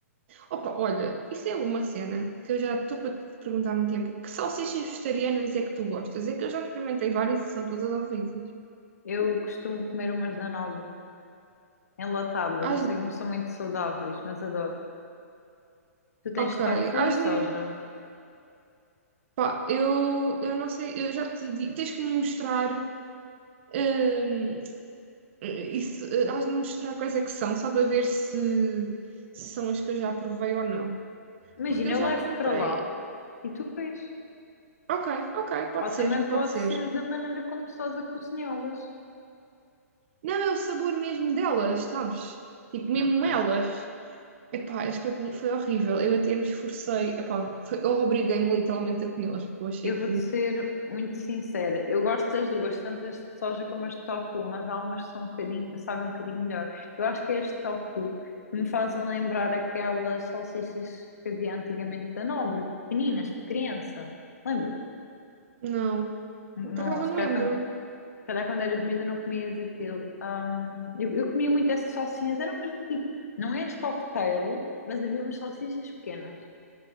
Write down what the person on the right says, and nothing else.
Opa, olha, isso é uma cena que eu já estou para te perguntar há muito tempo. Que salsichas vegetarianas é que tu gostas? É que eu já experimentei várias e são todas horríveis.
As...
Ok,
as-me.
Pá, eu, eu não sei, eu já te digo, tens que me mostrar hum, isso, eh, has de me mostrar quais é que são, só para ver se, se são as que eu já provei ou não.
Porque eu
já
comprei.
Ok, ok, pode
ser,
pode ser.
Não, é o sabor mesmo delas, sabes? Tipo, mesmo
elas. Epá, acho que eu comi, foi horrível. Eu até me esforcei. Epá, foi, eu obriguei-me literalmente a comê-las, porque eu achei
aquilo.
Não.
Por acaso
não
me lembro.